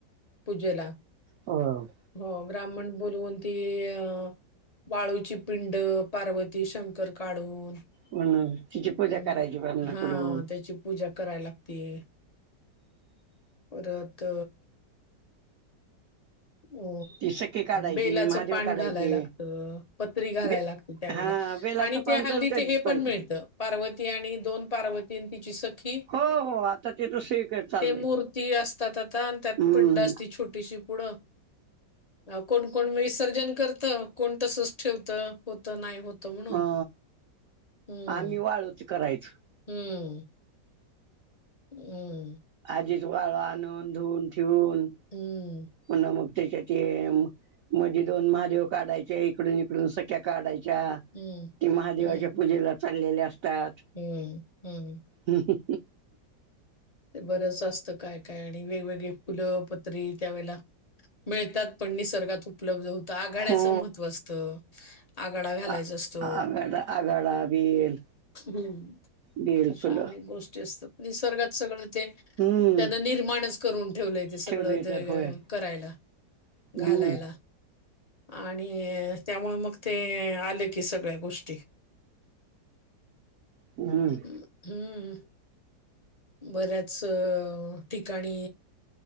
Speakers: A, on the left; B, on the right.
A: पूजेला
B: ह
A: हो ब्राह्मण बोलवून ती अ वाळूची पिंड पार्वती शंकर काढून
B: म्हण तिची पूजा
A: अं,
B: करायची पनाकडून
A: हां, त्याची पूजा कराय लागतेय परत अ
B: ती सखी काढायची
A: बेलाच
B: महादेव
A: पान
B: काढायचे
A: घालाय लागत पत्री घालाय
B: बे
A: लागत त्यावेेळेला
B: हा बेलाचं
A: आणि
B: पान
A: ते हल्दी
B: तर त्या
A: ते
B: दिवशी
A: हे
B: पाहिजे.
A: पण मिळतं पार्वती आणि दोन पार्वतीन तिची सखी
B: हो हो आता ते तर सगळीकडे चाललंय
A: ते मूर्ती असतात आता आणि त्यात
B: हम्म
A: पिंड असती छोटीशी पुढं कोण कोण म विसर्जन करत कोण तसंच ठेवत होत नाही होतं म्हणून
B: हा
A: हम्म
B: आम्ही वाळुचे करायचं
A: हम्म हम्म
B: जी वाळ आणून धुऊून ठेवून
A: हम्म
B: पुन्हा मग त्याच्याते मध्ये दोन महादेव काढायचे इकडून इकडून सख्या काढायच्या
A: हम्म
B: ते महादेवाच्या
A: हम्म
B: पूजेला चाललेले असतात.
A: हम्म हम्म
B: हम्म
A: ते बरंच असतं काय काय आणि वेगवेगळे फुलं पत्री त्यावेेळेला मिळतात पण निसर्गात उपलब्ध होतं आघाड्याचं
B: हो
A: महत्त्व असतं. आघाडा घालायचा
B: आ
A: असतो
B: आगाडा आगाडा बेल
A: हम्म
B: बेल
A: अशा
B: फुलं
A: अनेक गोष्टी असतात. निसर्गात सगळं ते
B: हम्म
A: त्यांन निर्माणच करून ठेवलंय ते सगळं
B: ठेवलंय तर होय
A: करायला
B: हम्म
A: घालायला आणि त्यामुळे मग ते आले की सगळ्या गोष्टी
B: हम्म
A: हम्म बऱ्याच अ ठिकाणी